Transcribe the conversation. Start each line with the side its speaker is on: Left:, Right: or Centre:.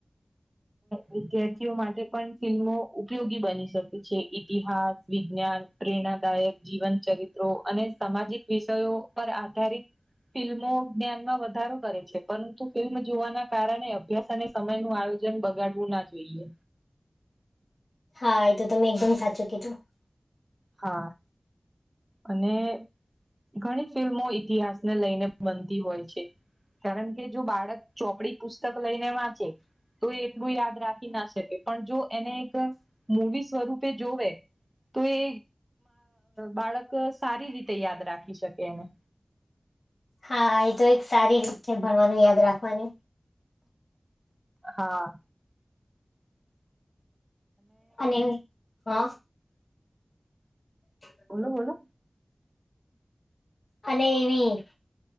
Right: વિદ્યાર્થીઓ માટે પણ ફિલ્મો ઉપયોગી બની શકે છે, ઇતિહાસ વિજ્ઞાન પ્રેરણાદાયક જીવન ચરિત્રો અને સામાજિક વિષયો પર આધારિત ફિલ્મો જ્ઞાનમાં વધારો કરે છે પરંતુ ફિલ્મ જોવાના કારણે અભ્યાસ અને સમય નુ આવે આયોજન બગાડવું ના જોઈએ.
Left: હા એ તો તમે એકદમ સાચું કીધુ
Right: હા અને ઘણી ફિલ્મો ઈતિહાસને લઈને બનતી હોય છે. કારણ કે જો બાળક ચોપડી પુસ્તક લઈને વાંચે તો એ એટલું યાદ રાખી ના શકે પણ જો એને એક મૂવી સ્વરૂપે જોવે તો એ બાળક સારી રીતે યાદ રાખી શકે એને
Left: હા એ તો એક સારી રીતે ભણવાનું યાદ રાખવાની
Right: હા
Left: અને હા. હ
Right: બોલો બોલો
Left: અને એવી